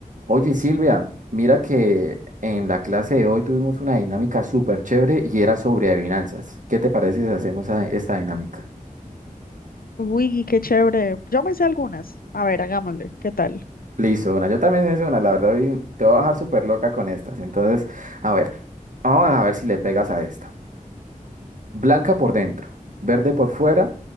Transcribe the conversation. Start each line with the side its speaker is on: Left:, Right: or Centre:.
Right: Oye, Silvia, mira que en la clase de hoy tuvimos una dinámica súper chévere y era sobre adivinanzas. ¿Qué te parece si hacemos esa- esta dinámica?
Left: Uy, qué chévere. Yo me sé algunas. A ver, hagámosle. ¿Qué tal?
Right: Listo, una. Yo también es una, la verdad, hoy te voy a dejar súper loca con estas. Entonces, a ver, vamos a ver si le pegas a esta. Blanca por dentro, verde por fuera.